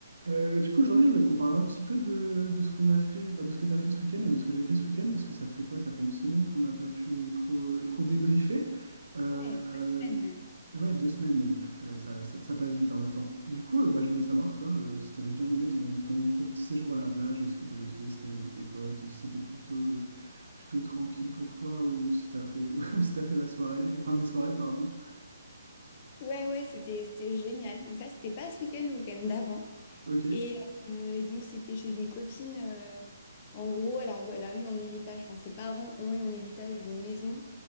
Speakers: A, on the right; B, on the left.
A: Euh, bah, du coup, aujourd'hui, je voulais qu'on parle un petit peu de, de ce qu'on a fait, enfin, de ce que tu as fait ce week-end et de ce que j'ai fait ce week-end, parce que ça fait quoi? Ça fait une semaine qu'on n'a pas pu euh, trop, euh, trop débriefer. Euh,
B: Ouais, deux
A: euh,
B: semaines même.
A: ouais, deux semaines même. Purée, ça, ça- ça passe vite hein, le temps. Du coup, euh, bah, je voulais savoir, toi, euh, si tu avais bien aimé ton, ton, ton petit séjour à la plage, ce que tu avais fait, si tu avais vu des potes, si c'était plutôt, euh, plutôt tranquille pour toi ou si tu as fait, <laughs> ou si tu fait la soirée, enfin des soirées, pardon.
B: Ouais, ouais, c'était c'était génial. Donc ça, c'était pas ce week-end, le week-end d'avant.
A: Ok,
B: Et, euh, et donc, c'était chez une copine. euh, en gros, elle a, re- elle a eu en héritage, enfin, ses parents ont eu en héritage une maison